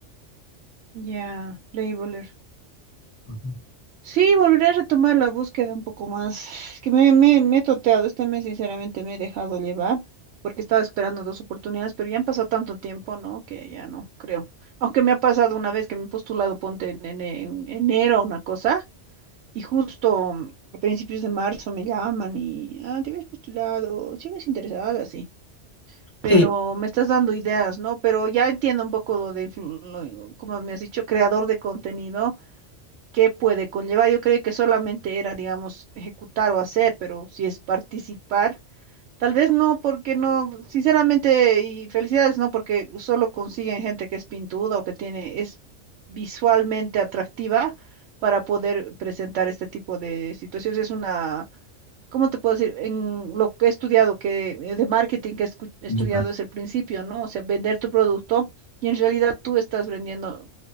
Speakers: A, on the right; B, on the left.
A: ya. Labeler.
B: Ujú.
A: Sí, volveré a retomar la búsqueda un poco más. Es que me, me, me he tonteado este mes, sinceramente me he dejado llevar, porque estaba esperando dos oportunidades, pero ya han pasado tanto tiempo, ¿no? Que ya no creo. Aunque me ha pasado una vez que me he postulado, ponte en, en en enero una cosa. Y justo mm, a principios de marzo me llaman y, ah, te habías postulado, sigues interesada, sí. Pero
B: Sí.
A: me estás dando ideas, ¿no? Pero ya entiendo un poco lo de, influ- lo- como me has dicho, creador de contenido, qué puede conllevar. Yo creí que solamente era, digamos, ejecutar o hacer, pero si es participar. Tal vez no, porque no, sinceramente, y felicidades, no, porque solo consiguen gente que es pintuda o que tiene, es visualmente atractiva para poder presentar este tipo de situaciones. Es una, ¿cómo te puedo decir? En lo que he estudiado, que eh, de marketing que he escu- he estudiado
B: Ya.
A: es el principio, ¿no? O sea, vender tu producto y en realidad tú estás vendiendo